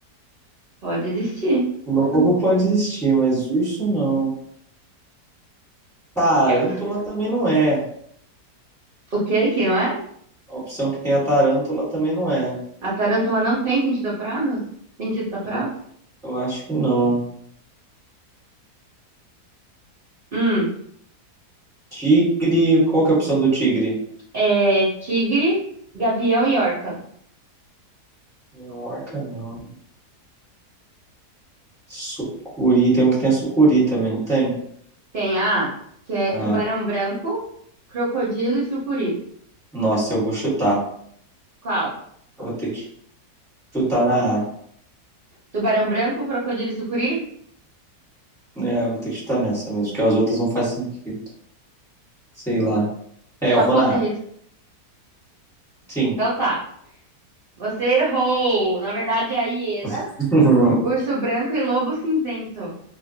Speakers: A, on the right; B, in the centre.
A: Pode existir.
B: Lobo pode existir, mas urso não. Tarântula
A: Eu-
B: também não é.
A: O que que não é?
B: A opção que tem a tarântula também não é.
A: A tarântula não tem sentido apurado? Sentido apurado?
B: Eu, eu acho que não.
A: Hum.
B: Tigre. Qual que é a opção do tigre?
A: é tigre, gavião e orca.
B: Não, orca não. Sucuri. Tem um que tem a sucuri também, não tem?
A: Tem A, que é
B: Ah,
A: tubarão branco, crocodilo e sucuri.
B: nossa, eu vou chutar.
A: Qual?
B: Eu vou ter que chutar na A.
A: Tubarão branco, crocodilo e sucuri?
B: É, eu vou ter que chutar nessa mesmo, porque as outras não faz sentido. Sei lá. É,
A: Só
B: eu vou
A: conta
B: na
A: em
B: A.
A: risco.
B: Sim.
A: Então tá. Você errou. Na verdade é a hiena,
B: <laughs>
A: urso branco e lobo cinzento.